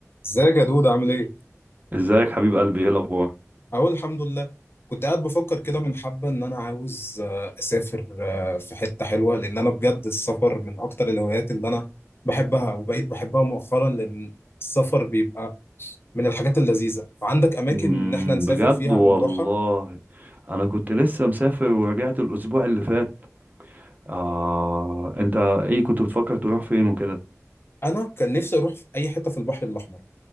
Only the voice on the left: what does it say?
ازيك يا دود عامل ايه؟
اقول الحمد لله كنت قاعد بفكر كده من حبة ان انا عاوز آه، اسافر آه، في حتة حلوة لان انا بجد السفر من اكتر الهوايات اللي انا بحبها وبقيت بحبها مؤخرا لان السفر بيبقى من الحاجات اللذيذة فعندك اماكن
ان احنا نسافر
فيها
او نروحها
انا كان نفسي اروح في اي حتة في البحر الاحمر